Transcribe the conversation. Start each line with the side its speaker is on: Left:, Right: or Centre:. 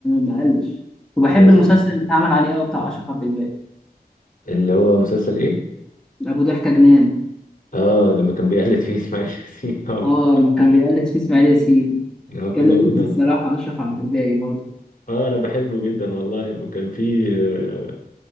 Centre: ما قلش وبحب
Left: بالظبط
Centre: المسلسل اللي اتعمل عليه أوي بتاع أشرف عبد الباقي
Left: اللي هو مسلسل ايه
Centre: أبو ضحكة جنان
Left: اه لما كان بيقلد فيه <laughs> اسماعيل ياسين اه
Centre: اه كان بيقلد فيه إسماعيل ياسين
Left: آه، كنا
Centre: كان لذيذ
Left: كنا
Centre: الصراحة أشرف عبد الباقي برضه
Left: اه انا بحبه جدا والله وكان في آه،